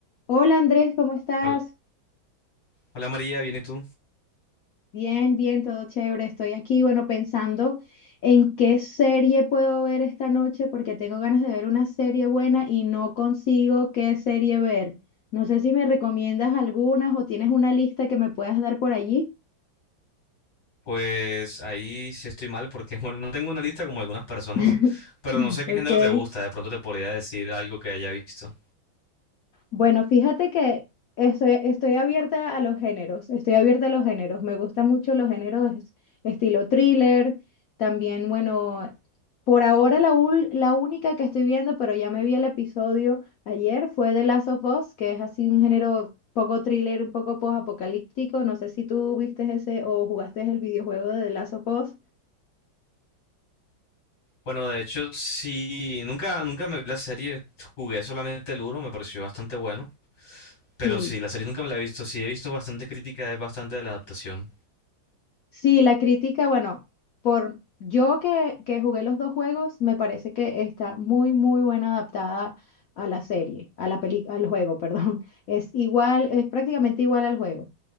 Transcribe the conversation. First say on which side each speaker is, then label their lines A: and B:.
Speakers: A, on the left; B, on the left.
A: Hola Andrés, ¿cómo estás?
B: Hola, hola, María, ¿bien y tú?
A: Bien, bien, todo chévere. Estoy aquí, bueno, pensando en qué serie puedo ver esta noche porque tengo ganas de ver una serie buena y no consigo qué serie ver. No sé si me recomiendas algunas o tienes una lista que me puedas dar por allí.
B: Pues ahí sí estoy mal porque, <laughs> bueno, no tengo una lista como algunas personas,
A: <laughs>
B: pero no sé qué
A: Ok.
B: género te gusta, de pronto te podría decir algo que haya visto.
A: Bueno, fíjate que estoy, estoy abierta a los géneros, estoy abierta a los géneros. Me gustan mucho los géneros es- estilo thriller, también, bueno, por ahora la, ul- la única que estoy viendo, pero ya me vi el episodio ayer, fue The Last of Us, que es así un género poco thriller, un poco post-apocalíptico. No sé si tú viste ese o jugaste el videojuego de The Last of Us.
B: Bueno, de hecho, sí, nunca, nunca me vi la serie, jugué solamente el uno, me pareció bastante bueno, pero
A: Sí.
B: sí, la serie nunca me la he visto, sí he visto bastante crítica, es bastante de la adaptación.
A: Sí, la crítica, bueno, por yo que, que jugué los dos juegos, me parece que está muy, muy buena adaptada a la serie, a la peli, al juego, <laughs> perdón. Es igual, es prácticamente igual al juego.